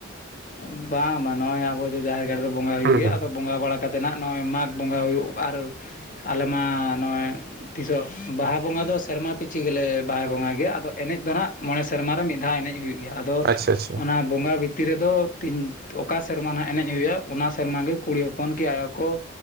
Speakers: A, on the left (about 40°); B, on the right (about 50°).
A: ᱵᱟᱝ ᱵᱟᱝ ᱱᱚᱜᱼᱚᱭ ᱟᱵᱚ ᱡᱮ ᱡᱟᱦᱮᱨ ᱜᱟᱲ ᱨᱮ ᱵᱚᱸᱜᱟ ᱦᱩᱭᱩᱜ
B: ᱦᱩᱸ
A: ᱜᱮᱭᱟ
B: ᱦᱩᱸ
A: ᱟᱫᱚ ᱼᱼ ᱵᱚᱸᱜᱟ ᱵᱟᱲᱟ ᱠᱟᱛᱮᱫ ᱱᱟᱦᱟᱜ ᱱᱚᱜᱼᱚᱭ ᱢᱟᱜᱽ ᱵᱚᱸᱜᱟ ᱦᱩᱭᱩᱜ ᱟᱨ ᱟᱞᱮᱢᱟ ᱱᱚᱜᱼᱚᱭ ᱼᱼ ᱛᱤᱥᱚᱜ ᱵᱟᱦᱟ ᱵᱚᱸᱜᱟ ᱫᱚ ᱥᱮᱨᱢᱟ ᱯᱤᱪᱷᱤ ᱜᱮᱞᱮ ᱵᱟᱦᱟ ᱵᱚᱸᱜᱟ ᱜᱮᱭᱟ ᱟᱫᱚ ᱮᱱᱮᱡ ᱫᱚ ᱱᱟᱦᱟᱜ ᱢᱚᱬᱮ ᱥᱮᱨᱢᱟᱨᱮ ᱢᱤᱫ ᱫᱷᱟᱣ ᱮᱱᱮᱡ ᱦᱩᱭᱩᱜ ᱾ ᱜᱮ ᱟᱫᱚ
B: ᱟᱪᱪᱷᱟ ᱟᱪᱪᱷᱟ
A: ᱚᱱᱟ ᱵᱚᱸᱜᱟ ᱵᱷᱤᱛᱤᱨ ᱨᱮᱫᱚ ᱼᱼ ᱛᱤᱱ ᱚᱠᱟ ᱥᱮᱨᱢᱟ ᱱᱟ ᱦᱟᱸᱜ ᱮᱱᱮᱡ ᱦᱩᱭᱩᱜ-ᱟ ᱚᱱᱟ ᱥᱮᱨᱢᱟ ᱜᱮ ᱠᱩᱲᱤ ᱦᱚᱯᱚᱱ ᱠᱤ ᱟᱭᱳ ᱠᱚᱼᱼ